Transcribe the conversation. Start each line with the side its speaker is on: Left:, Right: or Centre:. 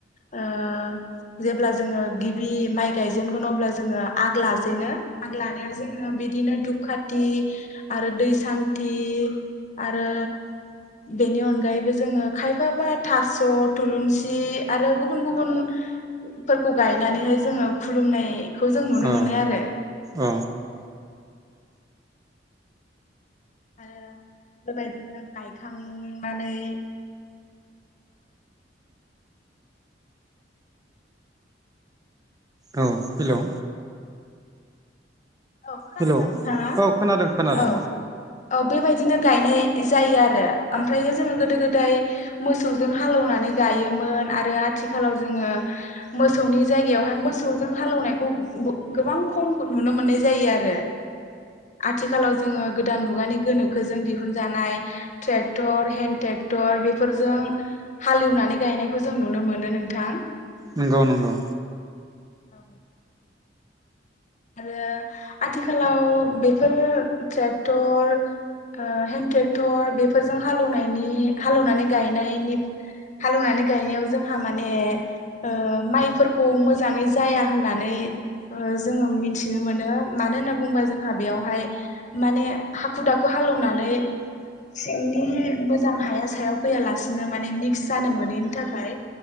Left: ओ जेब्ला जोङो गिबि माइ गायजेनगोन अब्ला जोङो आग लाजेनो आग लानायाव जोङो बिदिनो दुखाथि आरो दै सान्थि आरो बेनि अनगायैबो जोङो खायफा मा थास' थुलुंसि आरो गुबुन गुबुन फोरफोरखौ गायनानैहाय जोङो खुलुमनायखौ जों नुनो
Right: औ
Left: मोनो आरो
Right: औ
Left: आरो बेबायदिनो गायखांनानै
Right: औ हेलौ
Left: औ खोनादों
Right: हेलौ
Left: ना नोंथाङा
Right: औ खोनादों खोनादों
Left: औ औ बेबायदिनो गायनाय जायो आरो ओमफ्रायो जोङो गोदो गोदाय मोसौजों हालएवनानै गायोमोन आरो आथिखालाव जोङो मोसौनि जायगायावहाय मोसौजों हालौनायखौ ग गोबां खम नुनो मोननाय जायो। जायो आरो आथिखालाव जोङो गोदान मुगानि गोनोखोजों दिहुनजानाय ट्रेक्टर हेन्दड ट्रेक्टर बेफोरजों हालेवनानै गायनायखौ जों नुनो मोनो नोंथां
Right: नंगौ नंगौ
Left: औ आरो आथिखालाव बेफोर ट्रेक्टर ओ हेन्द ट्रेक्टर बेफोरजों हालएवनायनि हालएवलनानै गायनायनि हालएवनानै गायनायाव जोंहा माने ओ माइफोरखौ मोजाङै जाया होननानै जो जोङो मिथिनो मोनो मानो होनना बुंङोबा जोंहा बेयावहाय माने हाखु दाखु हालएवनानै सिंनि मोजां हाया सायाव फैयालासिनो माने मिक्स जानो मोनैनि थाखाय